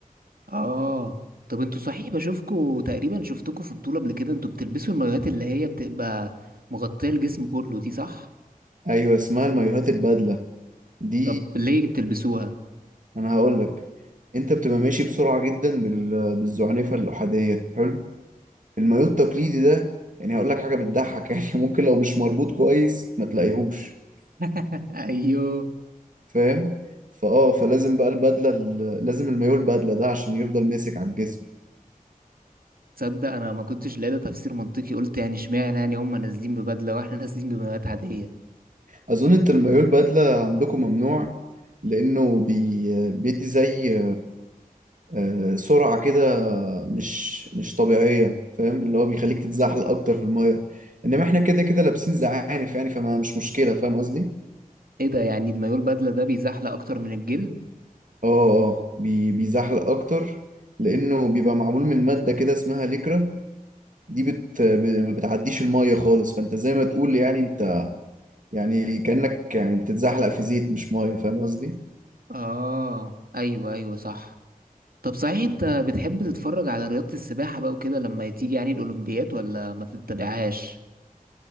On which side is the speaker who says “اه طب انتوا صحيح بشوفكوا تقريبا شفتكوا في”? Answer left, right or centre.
Right